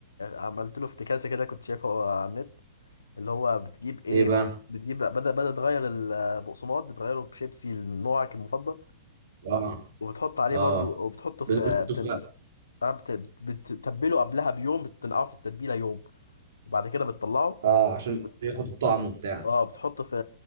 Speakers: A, on the left; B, on the right.
A: عملت له افتكاسه كده كنت شايفها على النت اللي هو بتجيب ايه
B: ايه بقى
A: بتجيب بدل بدل تغير البقسماط بتغيره بشيبسي نوعك المفضل
B: اه
A: وبتحط عليه
B: اه
A: برضو وبتحطه
B: بدوريتوس
A: في بتن...
B: بقى
A: آه، بت... بتتبله قبلها بيوم بتنقعه في التتبيله يوم وبعد كده بتطلعه
B: اه عشان
A: وبت...
B: ياخد الطعم وبتاع
A: اه بتحطه في